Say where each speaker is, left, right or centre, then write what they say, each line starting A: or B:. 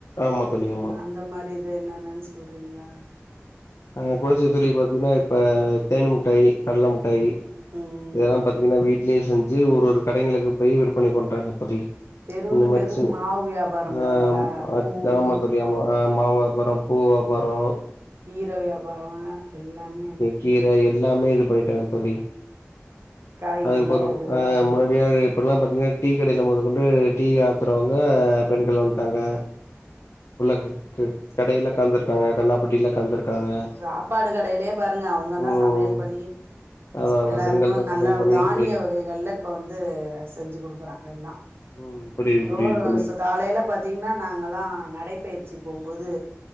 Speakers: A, on the left (about 75°); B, on the right (about 55°).
A: ஆமா தோழி ஆமா
B: அந்த மாறி இது என்னென்னு சொல்றீங்ளா
A: அங்க குடிசை தொழில் பாத்தீங்கன்னா இப்ப தேன் முட்டாயி கடலை முட்டாயி
B: ம்
A: இதெல்லா பாத்தீங்கன்னா வீட்லயே செஞ்சு ஒரு ஒரு கடைகளுக்கு போயி விற்பனை பண்றாங்க தோழி
B: தெருவுக்கு
A: இந்த மாறி
B: தெரு
A: செஞ்
B: மாவு வியாபாரம்
A: ஆ
B: பாத்தீங்களா
A: <unintelligible>
B: பூவு
A: கேமா அ மாவு விபாரம் பூ விபாரம்
B: கீரை வியாபாரம் எல்லாமே இருக்கு
A: கீரை எல்லாமே இது பண்ணிட்டாங்க தோழி
B: காய்கறி
A: அதுக்கப்பறோ
B: அது
A: அ முன்னாடியாது இப்பெல்லா பார்த்தீங்கன்னா டீ கடையில முதகொண்டு டீ ஆத்துறவங்க பெண்கள் வன்ட்டாங்க உள்ள கடையில கந்துருக்காங்க கல்லாப் பெட்டில கந்துருக்காங்க
B: சாப்பாடு கடையிலயே பாருங்க அவங்கதா
A: ம்
B: சமையல் பண்ணி
A: அதா அதா
B: எல்லாருக்கும்
A: பெண்கள் தா
B: நல்லா
A: சமையல் பண்ணி
B: தானிய
A: இது பண்ணிட்டு
B: வகைகள்ல இப்ப வந்து செஞ்சு குடுக்குறாங்க எல்லா
A: ம் புரியுது
B: ரோ
A: புரியுது தோழி
B: ஆச காலையில பாத்தீங்கன்னா நாங்கல்லா நடைபயிற்சி போம்போது